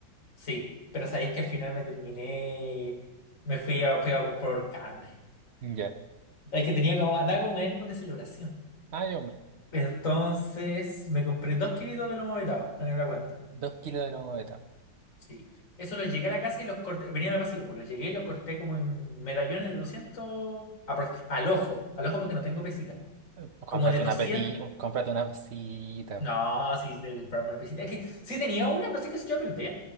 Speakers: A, on the left (about 40°); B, on the right (about 85°).
A: Sí, pero sabéis que al final me terminé, me fui a, fui a comprar carne.
B: ya.
A: Es que tenía como, andaba con un ánimo de celebración.
B: Ay, hombre,
A: Entonces me compré dos kilitos de lomo vetado en la cuenta.
B: dos kilos de lomo beta.
A: Sí. Eso los llegué a la casa y los corté, venía en el vacío, pues los llegué y los corté como en medallones de 200, aprox- al ojo, al ojo porque no tengo pesita.
B: Eh, Cómprate
A: Como de 200.
B: una petit, cómprate una pesita.
A: no, sí, sí, tengo que comprarme una pesita. Es que sí tenía una, pero no sé que yo la perdí.